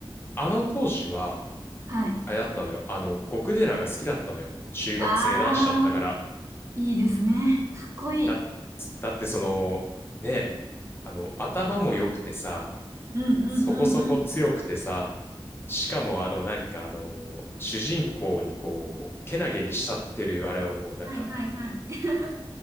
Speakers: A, on the left; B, on the right.
A: あの当時は、
B: はい。
A: あれだったのよ。あの、極寺が好きだったのよ。中学生男子だったから。
B: あー、いいですね。かっこいい。
A: だ、だってその、ね、あの、頭も良くてさ、
B: うんうんうんうん。
A: そこそこ強くてさ、しかもあの、なんかあの、主人公にこう、けなげに慕ってる、あれはもうなんか、
B: はいはいはい。<laughs>